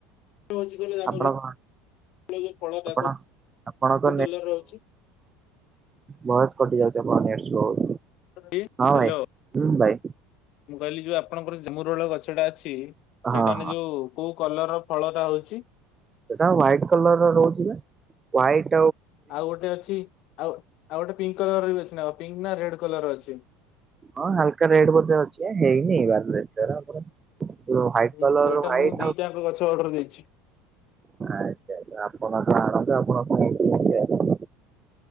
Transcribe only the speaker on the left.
ରହୁଛି କହିଲ ଜାମୁ
କୋଳି।
ଯୋଉ ଫଳଟାକୁ
କଲର ର ଅଛି।
ହ୍ୟାଲୋ।
ମୁଁ କହିଲି ଯୋଉ ଆପଣଙ୍କର ଜାମୁ ରଳ ଗଛ ଟା ଅଛି।
ସେଇଟାେ
ଯୋଉ କୋଉ କଲର ଫଳଟା ହଉଛି।
ଆଉ ଗୋଟେ ଅଛି ଆଉ ଆଉ ଗୋଟେ ପିଙ୍କ୍ କଲର ବି ଅଛି। ନା ପିଙ୍କ୍ ନା ରେଡ୍ କଲର ର ଅଛି।
ହୁଁ
ସେଇଟା
ମୁଁ ଦିଟାଙ୍କ
ଗଛ ଅର୍ଡର ଦେଇଛି।